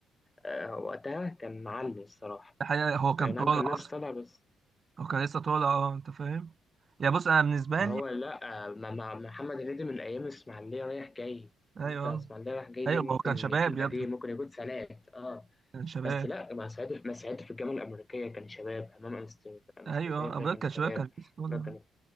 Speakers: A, on the left; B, on the right.
A: آه، وقتها كان معلي الصراحه
B: الحقيقه هو كان
A: اي نعم
B: طالع
A: كان
B: اصلا
A: لسه طالع بس
B: هو كان لسه طالع اه انت فاهم يا بص انا بالنسبه
A: ما
B: لي
A: هو لا ما ما محمد هنيدي من ايام الاسماعيليه رايح جاي
B: ايوه
A: انت اسماعيليه رايح جاي
B: ايوه
A: دي ممكن
B: ما هو كان شباب
A: يكون
B: يا
A: قديم
B: ابني
A: ممكن يكون سنوات اه
B: كان شباب
A: بس لا ما سعيد ما سعيد في الجامعه الامريكيه كان شباب امام أمستر- امستردام
B: ايوه
A: ده
B: ابويا
A: كان
B: كان
A: شباب
B: شويه كان في اسطوره
A: فكانت